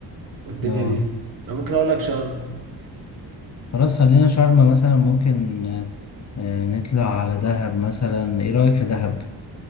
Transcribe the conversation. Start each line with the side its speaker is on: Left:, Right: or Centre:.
Right: والدنيا
Left: اه
Right: دي انا ممكن اقول لك شرم
Left: خلاص خلينا شرم مثلا ممكن آه، آه، نطلع على دهب مثلا ايه رأيك في دهب